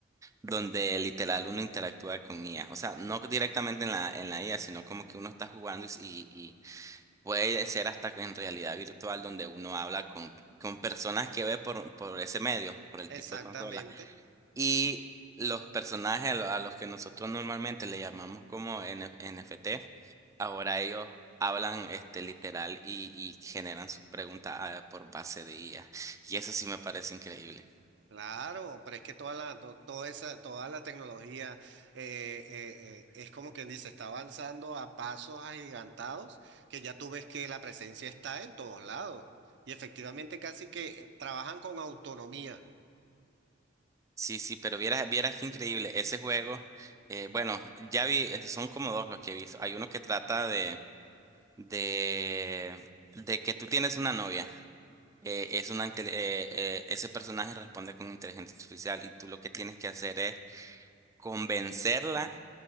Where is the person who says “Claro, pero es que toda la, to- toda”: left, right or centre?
Right